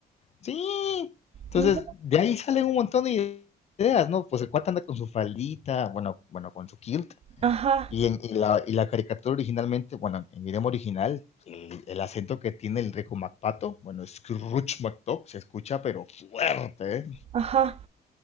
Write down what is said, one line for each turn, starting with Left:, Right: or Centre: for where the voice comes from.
Left: Sí, entonces
Right: No,
Left: de ahí salen un montón de ideas, ¿no? Pues el cuate anda con su faldita, bueno, bueno, con su kilt.
Right: Ajá,
Left: Y, en, y, la, y la caricatura originalmente, bueno, en idioma original, el, el acento que tiene el rico MacPato, bueno, Scrooge McDuck se escucha pero fuerte, ¿eh?
Right: ajá.